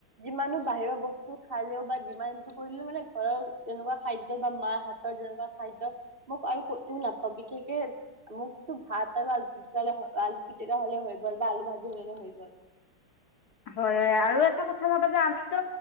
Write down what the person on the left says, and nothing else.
হয় হয় আৰু এটা কথা চাবা যে আমিতো